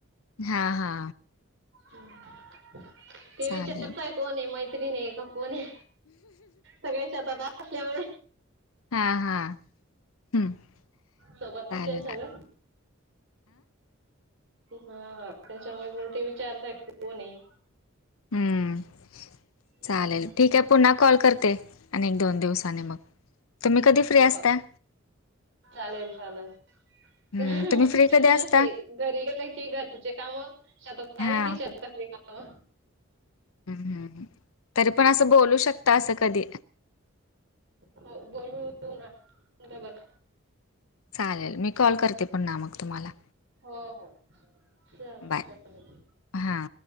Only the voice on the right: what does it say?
हम्म, ते
विचारताय- कोण आहे मैत्रिणी आहे का कोण आहे सगळे शेतात असल्यामुळे
सोबतच आहे ना सगळे हा त्याच्यामुळे मग ते विचारताय कोण आहे
हम्म,
हो
चालेल चालेल
मी
फ्रीच
नसते,
घरी गेल की घरचे काम, शतात
आली कि श- तातले काम
हो बोलू ना डबल
हो -हो चल-चालेल